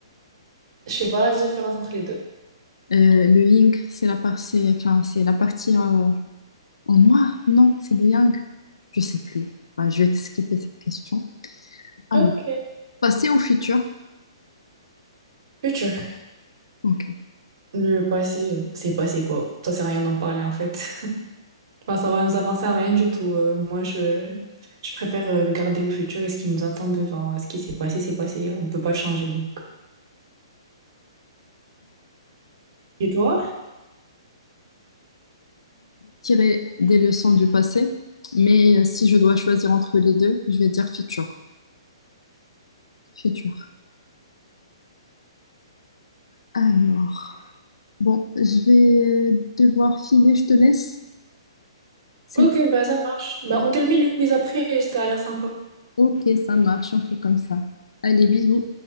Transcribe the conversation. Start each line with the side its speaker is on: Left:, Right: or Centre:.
Right: Je fais pas la différence entre les deux.
Left: Euh, le yin, c'est la partie, enfin, c'est la partie euh, en noir. Non, c'est le yang. Je sais plus. Enfin, je vais skipper cette question. Alors,
Right: Ok.
Left: passer au futur.
Right: Future.
Left: Ok.
Right: Le passé, euh, c'est passé quoi. Ça sert à rien d'en parler en fait. Enfin, ça va nous avancer à rien du tout. Euh, moi, je, je préfère euh, regarder le futur et ce qui nous attend devant. Euh, ce qui s'est passé, c'est passé. On peut pas le changer, donc. Et toi?
Left: tirer des leçons du passé, mais euh, si je dois choisir entre les deux, je vais dire futur. Futur. Alors, bon, je vais euh, devoir filer, je te laisse. C'est
Right: Ok, bah ça marche. Bah on termine le quiz après, ça a l'air sympa.
Left: ok, ça marche, on fait comme ça. Allez, bisous.